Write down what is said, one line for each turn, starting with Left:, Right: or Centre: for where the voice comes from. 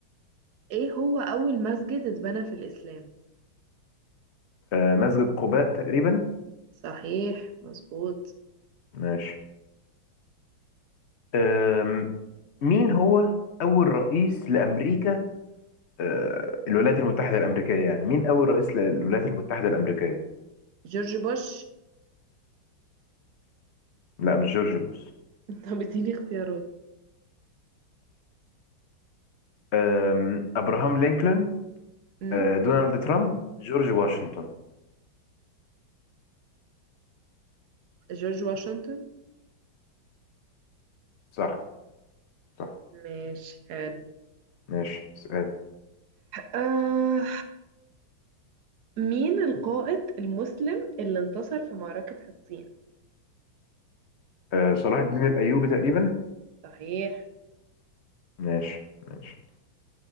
Right: ايه هو أول مسجد اتبنى في الإسلام؟
Left: آه مسجد قباء تقريبا
Right: صحيح مظبوط
Left: ماشي آم، مين هو أول رئيس لأمريكا آه الولايات المتحدة الأمريكية يعني مين أول رئيس للولايات المتحدة الأمريكية
Right: جورج بوش
Left: لا مش جورج بوش
Right: طب اديني اختيارات
Left: آم، أبراهام لينكولن
Right: امم
Left: آه دونالد ترامب جورج واشنطن
Right: جورج واشنطن
Left: صح صح
Right: ماشي حلو
Left: ماشي سؤال
Right: آه مين القائد المسلم اللي انتصر في معركة حطين
Left: آه صلاح الدين الأيوبي تقريبا
Right: صحيح
Left: ماشي ماشي